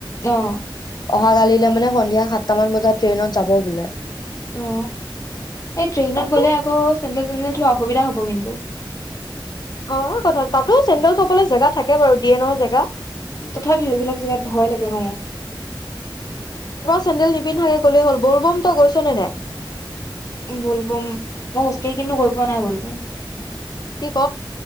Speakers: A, on the left; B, on the left.
A: আহ।
B: অহা কালিলে মানে সন্ধিয়া সাতটামান বজাত ট্ৰেইনত যাব বোলে।
A: অ এই ট্ৰেইনত
B: তাকে
A: গ'লে আকৌ চেণ্টেল চেণ্টেল থোৱা অসুবিধা হ'ব কিন্তু।
B: অ কথা তাতো চেণ্ডেল চবলে জেগা থাকে বাৰু ডি এনৰ জেগা।
A: তথাপিও এইবিলাক জেগাত ভয় লাগে ন
B: চেডেল নিপিন্ধাকে ক'লেই হ'ল বলবম তই গৈছ নে নাই?
A: বুললবম মই খোজ কঢ়ি কিন্তু গৈ পোৱা নাই বুলবম।
B: কি ক?